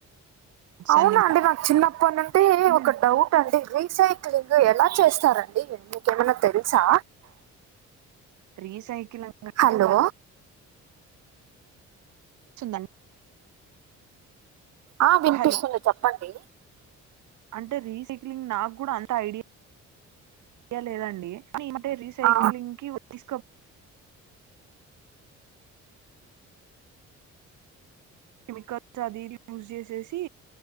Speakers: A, on the right (about 55°); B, on the right (about 75°).
A: అవునా
B: అన్ని
A: అండి నాకు చిన్నప్పటి నుండి
B: మేము
A: ఒక డౌ నండి రీసైక్లింగ్ ఎలా చేస్తారండి మీకేమైనా తెలుసా
B: రీసైకిల్ంగ్ అంటే
A: హలో
B: <unintelligible>
A: ఆ వినిపిస్తుంది
B: హలో
A: చెప్పండి
B: అంటే రీసైక్లింగ్ నాకు కూడ అంత ఐడియా ఐడియా లేదండి కానీ ఈ మధ్య రీసైక్లింగ్
A: ఆ,
B: కి తీస్క కెమికల్స్ అది ఇది పూసే సేసీ